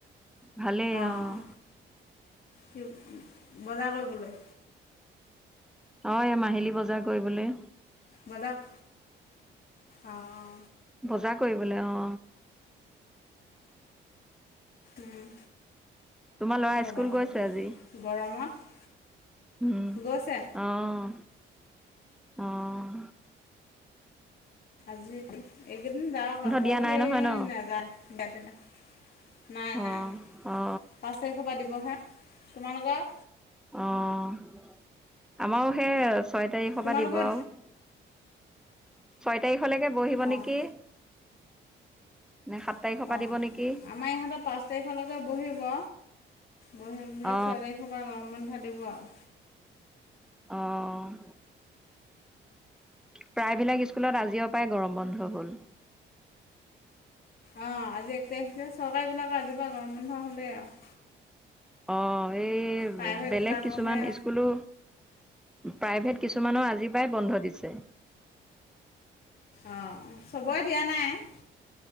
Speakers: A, in the centre; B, on the left.
A: ভালেই
B: অঁ
A: অ',
B: <unintelligible> বজাৰ কৰিবলৈ।
A: অ এই মাহিলী বজাৰ কৰিবলৈ।
B: বাদাক অ-অ,
A: বজাৰ কৰিবলৈ অ',
B: উম,
A: তোমাৰ ল'ৰা
B: বজাৰ
A: স্কুল গৈছে
B: কৰি ফুৰিলে
A: আজি
B: গৰমত
A: উম,
B: গৈছে
A: অহ, অহ,
B: আজি এইকেইদিন যাওঁক আকো পৰখি
A: দিয়া নাই নহয় ন
B: নাযায় বিয়াৰ দিনা। নাই-নাই
A: অ অ
B: পাঁচ তাৰিখৰ পৰা দিবহে তোমালোকৰ
A: অ', আমাৰো সেই, ছয় তাৰিখৰ
B: তোমালোকৰ
A: পৰা দিব আৰু। ছয় তাৰিখলৈকে বহিব
B: অঁ
A: নেকি? নে সাত
B: অ',
A: তাৰিখৰ পৰা দিব নেকি
B: আমাৰ ইহঁতৰ পাঁচ তাৰিখলৈকে বহিব। পৰহি বোলে,
A: অ
B: ছয় তাৰিখৰ পৰা গৰম বন্ধ দিব আৰু।
A: অ', প্ৰায়বিলাক স্কুলত আজিৰে পৰাই গৰম বন্ধ হ'ল।
B: অ', আজি এক তাৰিখ যে, চৰকাৰী বিলাকৰ আজিৰ পৰা গৰম বন্ধ হলেই আৰু।
A: অ' এই
B: প্ৰাইভেটবিলাকৰহে
A: বেলেগ কিছুমান স্কুলো প্ৰাইভেট কিছুমানৰ আজিৰ পায় বন্ধ দিছে।
B: অ' চবৰে দিয়া নাই।